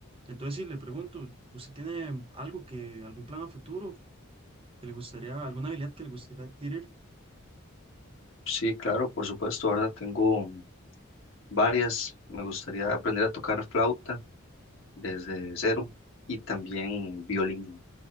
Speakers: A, on the right (about 25°); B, on the left (about 60°).
A: Entonces, si le pregunto, ¿usted tiene algo que, algún plan a futuro que le gustaría, alguna habilidad que le gustaría adquirir?
B: Sí, claro, por supuesto, ¿verdad? Tengo varias. Me gustaría aprender a tocar flauta desde cero y también violín.